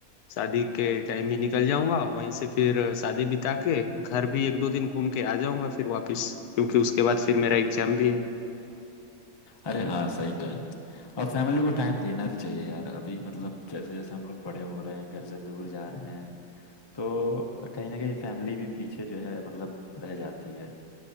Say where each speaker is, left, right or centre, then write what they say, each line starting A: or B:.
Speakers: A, on the left; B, on the left.
A: शादी के टाइम ही निकल जाऊंगा वहीं से फिर शादी बिता के घर भी एक दो दिन घूम के आ जाऊंगा फिर वापस क्योंकि उसके बाद फिर मेरा एग्जाम भी है
B: अरे हाँ सही टाइम और फैमिली को टाइम देना भी चाहिए यार अभी मतलब जैसे जैसे हम लोग बड़े हो रहे हैं घर से दूर जा रहे हैं तो कहीं ना कहीं फैमिली भी पीछे जो है मतलब रह जाती है